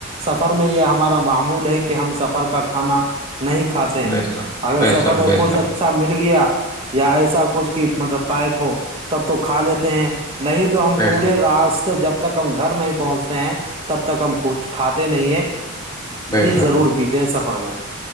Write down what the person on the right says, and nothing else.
سفر میں یہ ہمارا معمول ہے کہ ہم سفر کا کھانا نہیں کھاتے ہیں
اگر
سفر
میں
کچھ
اچھا مل گیا یا ایسا کچھ کہ مطب پائیک ہو تب تو کھا لیتے ہیں نہیں تو ہم
پورے
راستے جب تک ہم گھر نہیں پہنچتے ہیں تب تک ہم کوچ کھاتے نہیں ہیں
ضرور پیتے ہیں سفر میں